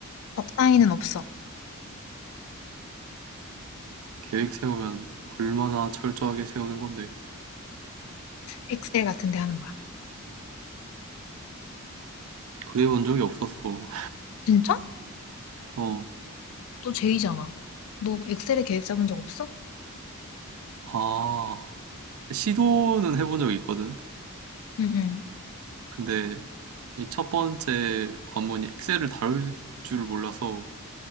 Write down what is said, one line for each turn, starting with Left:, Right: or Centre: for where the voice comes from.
Left: 적당히는 없어.
Right: 계획 세우면 얼마나 철저하게 세우는 건데
Left: 엑셀 같은 데 하는 거야.
Right: 그래 본 적이 없어서
Left: 진짜?
Right: 어,
Left: 너 제이잖아. 너 엑셀에 계획 짜본 적 없어?
Right: 아, 시도는 해본 적이 있거든.
Left: 응, 응.
Right: 근데 이 첫 번째 관문이 엑셀을 다룰 줄을 몰라서